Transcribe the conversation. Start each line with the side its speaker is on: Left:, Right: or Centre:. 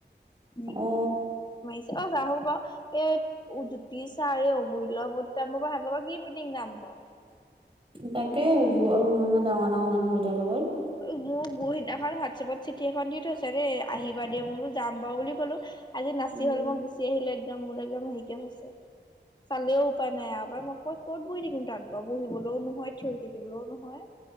Left: <inaudible>
Right: অ
Left: ছে ব আহো ব এই জ্যোতি ছাৰ এই অমূল্য বটাম মোৰ পৰা সেহনৰ লগত কি মিটিং যাম। বাৰু
Right: তাকে <inaudible> ইমান ইমান ডাঙৰ ডাঙৰ মানুহকেইটাৰ লগত।
Left: মোৰ গু সিদিনাখন হোৱাটছএপত চিঠি এখন দি থৈছে ৰে, আহিবা দে মই বুলোঁ যাম বাৰু বুলি ক'লো আজি নাচি
Right: উম
Left: হল মই গুচি আহিলো একদম মোৰ একদম হেৰিকে আছে।
Right: <unintelligible>
Left: চালেও উপায় নাই আৰু উপায় মই ক'ত ক'ত বহি থাকিম তাত ব বহিবলৈও নহয় থিয় হৈ থাকিবলৈও নহয়।